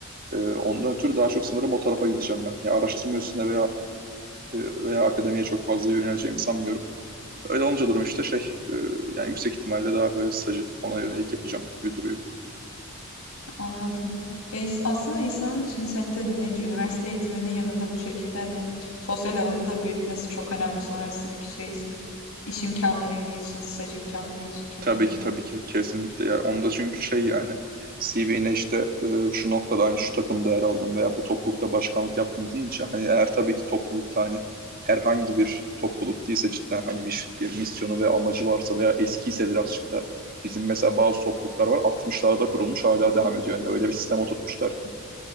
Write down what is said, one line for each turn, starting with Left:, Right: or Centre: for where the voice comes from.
Right: Ee, ondan ötürü daha çok sanırım o tarafa gideceğim ben. Yani araştırma üstüne veya e, veya akademiye çok fazla yöneleceğimi sanmıyorum. Öyle olunca durum işte şey e, yani yüksek ihtimalle daha böyle stajı ona yönelik yapacağım gibi duruyor.
Left: Anladım. Ya is- aslında insanın şimdi seni de dinleyince üniversite eğitiminin yanında bu şekilde hani sosyal alanı da büyütmesi çok önemli sonrasındaki şey için. İş imkanları için, staj imkanları için kesinlikle.
Right: Tabii ki tabii ki kesinlikle ya onda çünkü şey yani CV'ne işte e, şu noktada aynı şu takımda yer aldım veya bu toplulukta başkanlık yaptım deyince hani eğer tabii ki toplulukta hani herhangi bir topluluk değilse cidden hani bir, bir misyonu ve amacı varsa veya eskiyse birazcık da bizim mesela bazı topluluklar var 60'larda kurulmuş hala devam ediyor. Yani öyle bir sistem oturtmuşlar ki